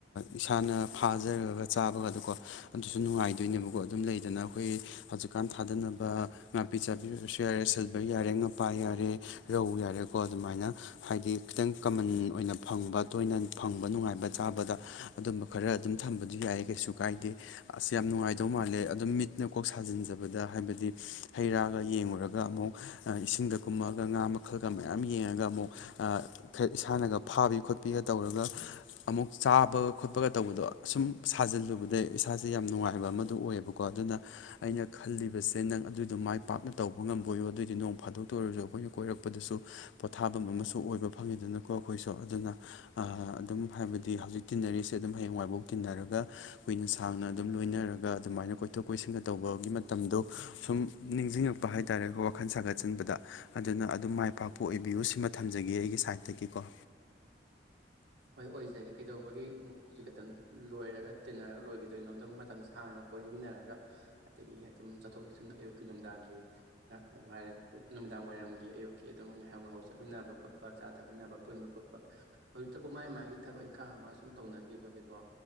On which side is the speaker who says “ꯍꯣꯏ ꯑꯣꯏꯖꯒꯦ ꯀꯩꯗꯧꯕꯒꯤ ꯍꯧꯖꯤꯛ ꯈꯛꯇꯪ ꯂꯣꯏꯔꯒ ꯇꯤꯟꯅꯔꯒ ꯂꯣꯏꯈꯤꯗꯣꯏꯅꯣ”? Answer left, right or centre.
Right